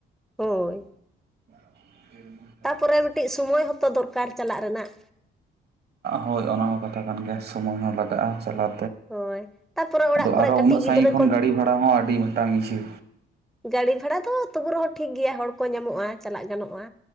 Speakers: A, in the centre; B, on the right.
A: ᱦᱳᱭ
B: <inaudible>
A: ᱛᱟᱯᱚᱨᱮ ᱢᱤᱫᱴᱤᱡ ᱥᱩᱢᱚᱭ ᱦᱚᱛᱚ ᱫᱚᱨᱠᱟᱨ ᱪᱟᱞᱟᱜ ᱨᱮᱱᱟᱜ᱾
B: ᱦᱳᱭ ᱚᱱᱟ ᱦᱚᱸ ᱠᱟᱛᱷᱟ ᱠᱟᱱ ᱜᱮᱭᱟ ᱥᱳᱢᱳᱭ ᱦᱚᱸ ᱞᱟᱜᱟᱜᱼᱟ ᱪᱟᱞᱟᱣ
A: ᱦᱳᱭ ᱛᱟᱯᱚᱨᱮ ᱚᱲᱟᱜ
B: ᱟᱫᱚ
A: ᱠᱚᱨᱮ
B: ᱟᱨᱚ
A: ᱠᱟᱹᱴᱤᱡ
B: ᱩᱱᱟᱹᱜ
A: ᱜᱤᱫᱽᱨᱟᱹ
B: ᱥᱟᱺᱜᱤᱧ ᱠᱷᱚᱱ
A: ᱠᱚ
B: ᱜᱟᱹᱲᱤ ᱵᱷᱟᱲᱟ ᱦᱚᱸ ᱟᱹᱰᱤ ᱢᱤᱫᱴᱟᱝ ᱤᱪᱷᱟᱹ
A: ᱜᱟᱹᱲᱤ ᱵᱷᱟᱲᱟ ᱫᱚ ᱛᱚᱵᱩ ᱨᱮᱦᱚᱸ ᱴᱷᱤᱠ ᱜᱮᱭᱟ ᱦᱚᱲ ᱠᱚ ᱧᱟᱢᱚᱜᱼᱟ ᱪᱟᱞᱟᱜ ᱜᱟᱱᱚᱜᱼᱟ᱾